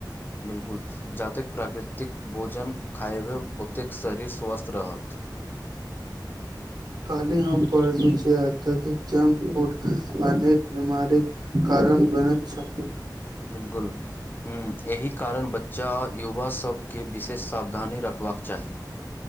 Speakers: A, on the left; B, on the right.
A: बिल्कुल जतेक प्राकृतिक भोजन खायबै ओतेक शरीर स्वस्थ रहत <inaudible>
B: कहली हम पढ़लु छियै अत्यधिक जंक फूड अनेक बीमारी कारण बने छथि
A: बिलकुल ह एहि कारण बच्चा युवा सभके विशेष सावधानी रखबाक चाही